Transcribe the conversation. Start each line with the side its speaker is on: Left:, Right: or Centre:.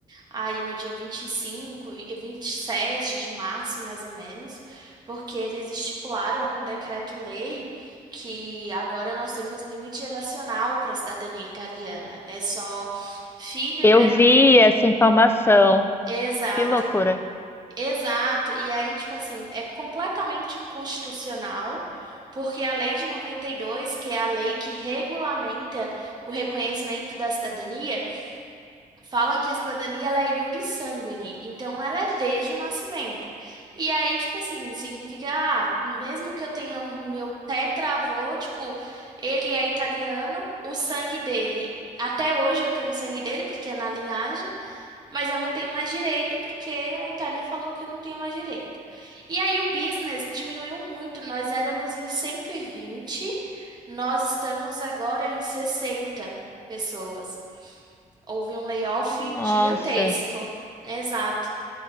Right: aí no dia vinte e cinco e e vinte e sete de março, mais ou menos, porque eles estipularam um decreto-lei que agora nós temos limite geracional para a cidadania italiana. É só filho
Left: Eu
Right: e neto.
Left: vi essa informação.
Right: Exato.
Left: Que loucura.
Right: Exato. E aí, tipo assim, é completamente inconstitucional, porque a Lei de noventa e dois, que é a lei que regulamenta o reconhecimento da cidadania, fala que a cidadania ela é iure sanguine, então ela é desde o nascimento. E aí, tipo assim, significa, ah, mesmo que eu tenha um meu tetravô, tipo, ele é italiano, o sangue dele. Até hoje eu tenho o sangue dele, porque é na linhagem. Mas eu não tenho mais direito porque a Itália falou que eu não tenho mais direito. E aí o business diminuiu muito. Nós éramos em cento e vinte nós estamos agora em 60 pessoas. Houve um layoff
Left: Nossa,
Right: gigantesco. Exato.